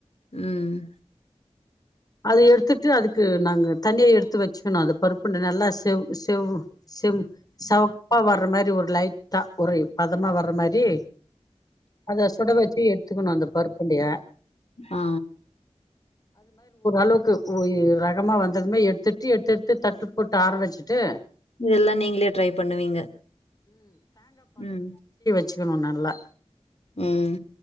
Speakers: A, on the left (about 70°); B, on the left (about 35°).
A: ம்
B: அது எடுத்துட்டு அதுக்கு நாங்க தனியா எடுத்து வச்சிக்கனும் அது பருப்புணு நல்லா செவ் செவ் சேம் சவ் அப்பா வர்ற மாதிரி ஒரு லைட்டா ஒரு பதமா வரமாதிரி அத சுட வச்சு எ கத்துக்கணும் அந்த பருப்பு உருண்டையடைய
A: ஆ
B: அளவுக்கு பேய் வேகமா வந்தது எடுத்துட்டு எடுத்து எடுட்டு தட்டு போட்டு ஆர வச்சிட்டு
A: இதெல்லாம் நீங்களே ட்ரை பண்ணுவீங்க உம்
B: வச்சுகண நல்லா
A: உம்